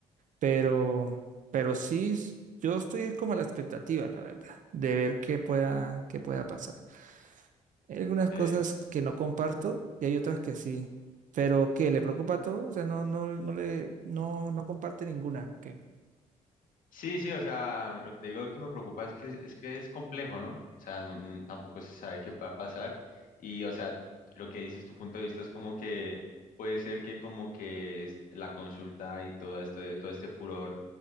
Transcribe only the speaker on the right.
Pero, pero sí, yo estoy como a la expectativa, la verdad, de ver qué pueda, qué pueda pasar. Hay algunas
cosas que no comparto y hay otras que sí. Pero ¿qué? ¿Le preocupa todo? O sea, no, no, no le, no, no comparte ninguna. ¿Qué?